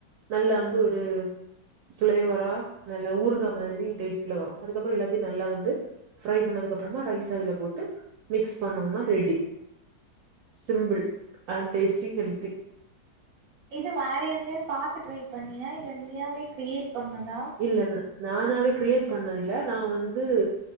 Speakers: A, on the right (about 75°); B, on the right (about 50°).
A: நல்லா வந்து ஒரு பிளேவரா நல்ல ஊறுகா மாதிரி டேஸ்ட்ல வரும் அதுக்கப்ற எல்லாத்தயு நல்லா வந்து ப்ரை பண்ணதுக்கு அப்றமா ரைஸ் அதுல போட்டு மிக்ஸ் பண்ணோனா ready simple and tasty healthy
B: இது வேற எதுலயோ பாத்து ட்ரை பண்ணியா இல்ல நீயாவே கிரியேட் பண்ணதா
A: இல்ல நானாவே கிரியேட் பண்ணதுல்ல நா வந்து